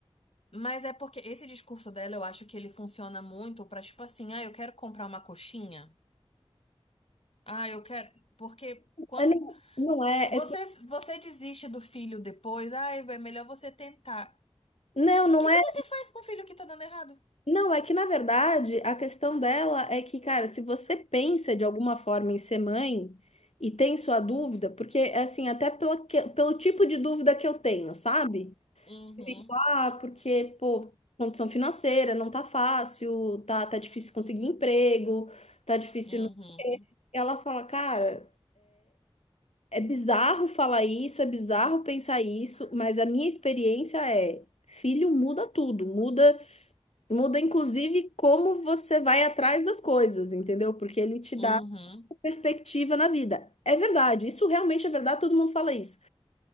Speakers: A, on the left; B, on the left.
A: Mas é porque esse discurso dela, eu acho que ele funciona muito pra, tipo assim, ah, eu quero comprar uma coxinha. Ah, eu quero. Porque quando.
B: É, não, não é,
A: Você,
B: é-
A: você desiste do filho depois, ah, é melhor você tentar.
B: Não, não
A: que
B: é.
A: que você faz com o filho que tá dando errado?
B: Não, é que na verdade a questão dela é que, cara, se você pensa de alguma forma em ser mãe e tem sua dúvida, porque assim, até pela, que- pelo tipo de dúvida que eu tenho, sabe?
A: Uhum,
B: Fico, ah, porque, pô, condição financeira não tá fácil, tá, tá difícil conseguir emprego, tá difícil.
A: uhum,
B: não Ela fala, cara. É bizarro falar isso, é bizarro pensar isso, mas a minha experiência é, filho muda tudo, muda, muda inclusive como você vai atrás das coisas, entendeu? Porque ele te dá
A: uhum,
B: uma perspectiva na vida. É verdade, isso realmente é verdade, todo mundo fala isso.